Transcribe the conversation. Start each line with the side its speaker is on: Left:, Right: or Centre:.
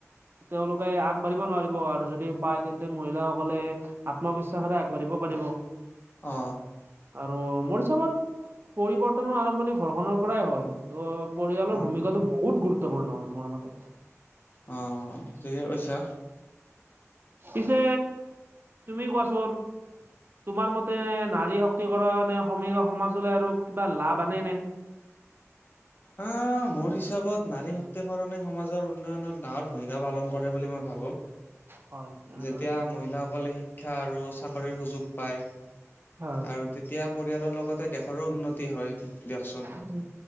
Right: তেওঁলোকে আগবাঢ়িব নোৱাৰিব আৰু যদি পায় তেন্তে মহিলাসকলে আত্মবিশ্বাসৰে আগবাঢ়িব পাৰিব
Left: অ
Right: আৰু মোৰ হিচাপত পৰিৱৰ্তনৰ আৰম্ভণি ঘৰখনৰ পৰাই হয় ত' পৰিয়ালৰ
Left: অ
Right: ভূমিকাটো বহুত গুৰুত্বপূৰ্ণ হয় মোৰ মতে
Left: অ ঠিকে কৈছা
Right: পিছে তুমি কোৱাচোন তোমাৰ মতে নাৰী শক্তিকৰণে সমী সমাজলে আৰু কিবা লাভ আনে নে
Left: আহ মোৰ হিচাপত নাৰী শক্তিকৰণে সমাজৰ উন্নয়নত ডাঙৰ ভূমিকা পালন কৰে বুলি মই ভাবো
Right: হয় এনেদৰে
Left: যেতিয়া মহিলাসকলে শিক্ষা আৰু চাক চাকৰি সুযোগ পায় আৰু
Right: হয়
Left: তেতিয়া পৰিয়ালৰ লগতে দেশৰো উন্নতি হয় দিয়কচোন
Right: উম